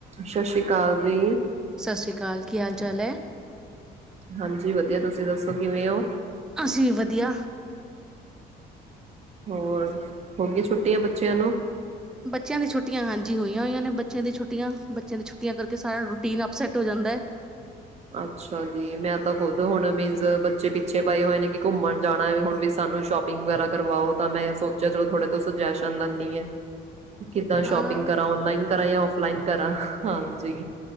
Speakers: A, on the right (about 40°); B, in the centre.
A: ਸਤਿ ਸ੍ਰੀ ਅਕਾਲ ਜੀ।
B: ਸਤਿ ਸ੍ਰੀ ਅਕਾਲ ਕੀ ਹਾਲ ਚਾਲ ਐ?
A: ਹਾਂਜੀ ਵਧੀਆ ਤੁਸੀਂ ਦੱਸੋ। ਕਿਵੇਂ ਹੋ?
B: ਅਸੀਂ ਵਧੀਆ
A: ਹੋਰ ਹੋ ਗਈ ਛੁੱਟੀਆਂ ਬੱਚਿਆਂ ਨੂੰ
B: ਬੱਚਿਆਂ ਦੀ ਛੁੱਟੀਆਂ ਹਾਂਜੀ ਹੋਈਆਂ ਹੋਈਆਂ ਨੇ ਬੱਚਿਆਂ ਦੀਆਂ ਛੁੱਟੀਆਂ ਬੱਚਿਆਂ ਦੀ ਛੁੱਟੀਆਂ ਕਰਕੇ ਸਾਰਾ ਰੂਟੀਨ ਅਪਸੈੱਟ ਹੋ ਜਾਂਦਾ ਹੈ
A: ਅੱਛਾ ਜੀ ਮੈਂ ਤਾਂ ਖੁਦ ਹੁਣ ਮੀਨਜ਼ ਬੱਚੇ ਪ ਪੱਛੇ ਪਏ ਹੋਏ ਨੇ ਕਿ ਘੁੰਮਣ ਜਾਣਾ ਹੈ ਹੁਣ ਵੀ ਸਾਨੂੰ ਸ਼ੋਪ ਿੰਗ ਵਗੈਰਾ ਕਰਵਾਓ ਤਾਂ ਮੈਂ ਸੋਚਿਆ ਚਲੋ ਥੋੜੇ ਤੋਂ ਸੁਜੈਸ਼ਨ ਲੈਂਦੀ ਆ ਕਿੱਦਾਂ
B: ਹਾਂ
A: ਸ਼ੋਪਿੰਗ ਕਰਾਂ ਔਨਲਾਈਨ ਕਰਾਂ ਜਾਂ ਔਫਲਾਈਨ ਕਰਾਂ ਹਾਂਜੀ